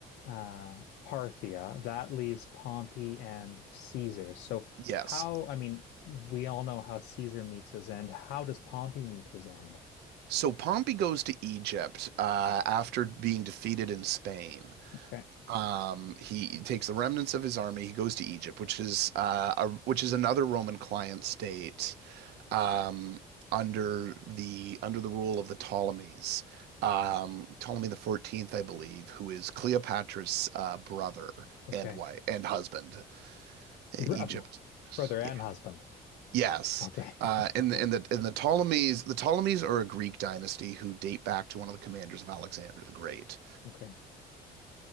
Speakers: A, on the left (about 75°); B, on the right (about 75°).
A: uh Parthia. That leaves Pompey and Caesar. So
B: Yes.
A: how, I mean, we all know how Caesar meets his end. How does Pompey meet his end?
B: So Pompey goes to Egypt uh, after being defeated in Spain.
A: Okay.
B: Um, he takes the remnants of his army. He goes to Egypt, which is uh, a, which is another Roman client state um, under the under the rule of the Ptolemies. Um, Ptolemy the 14th, I believe, who is Cleopatra's uh, brother
A: Okay.
B: and wife and husband. E,
A: Br-
B: Egypt.
A: Brother and
B: yeah.
A: husband.
B: Yes.
A: Okay.
B: Uh, in the
A: <laughs>
B: in the in the Ptolemies, the Ptolemies are a Greek dynasty who date back to one of the commanders of Alexander the Great.
A: Okay.